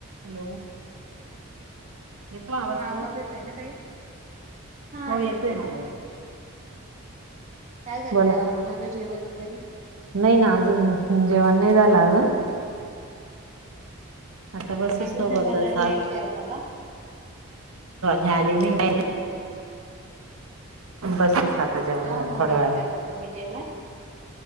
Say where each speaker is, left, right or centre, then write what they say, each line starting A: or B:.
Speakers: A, on the right; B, on the right.
A: Hello येतो
B: हा
A: ताई
B: आवाज येतोय ना ताई. हा
A: हो
B: येतोय येतोय.
A: मला
B: काय करता.
A: बोला
B: झालं जेवण वगैरे.
A: नाही ना अजून. जेवण नाही झालं अजून. आता बसू
B: अजून
A: सोबतच
B: नाही झाल आहे लेट करत का?
A: हे आले नाही. बसतोच आता
B: हो
A: जेवायला
B: का मग
A: थोडा
B: लेट
A: वेळाने.
B: करता तुम्ही जेवण?